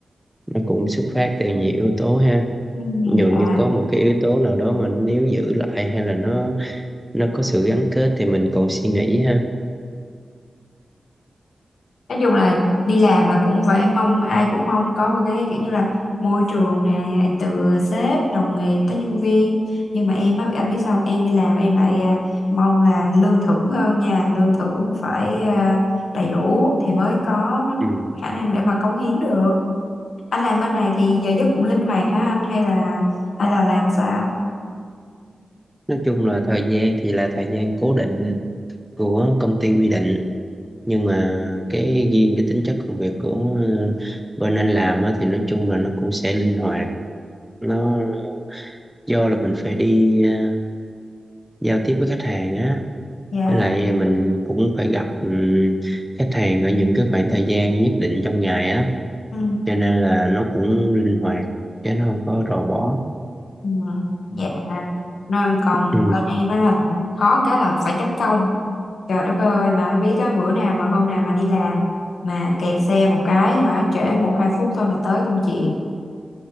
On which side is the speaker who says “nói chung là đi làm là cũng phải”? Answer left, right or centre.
Left